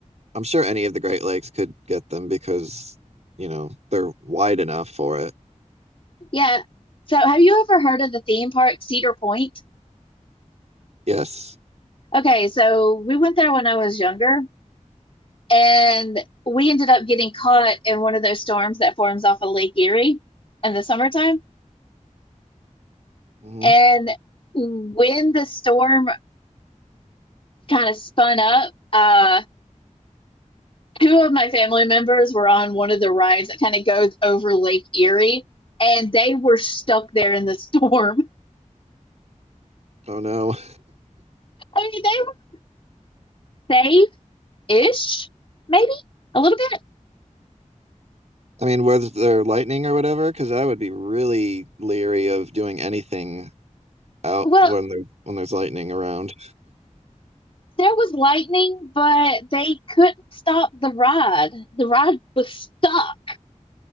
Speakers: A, on the right (about 60°); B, on the left (about 45°).
A: I'm sure any of the Great Lakes could get them because, you know, they're wide enough for it.
B: Yeah. So, have you ever heard of the theme park Cedar Point?
A: Yes.
B: Okay, so we went there when I was younger, and we ended up getting caught in one of those storms that forms off of Lake Erie in the summertime.
A: hmm
B: And when the storm kind of spun up, uh, two of my family members were on one of the rides that kind of goes over Lake Erie, and they were stuck there in the <laughs> storm.
A: Oh no.
B: I mean, they were safe-ish, maybe a little bit.
A: I mean, was there lightning or whatever? Because I would be really leery of doing anything out
B: Well,
A: when there when there's lightning around.
B: there was lightning, but they couldn't stop the ride. The ride was stuck.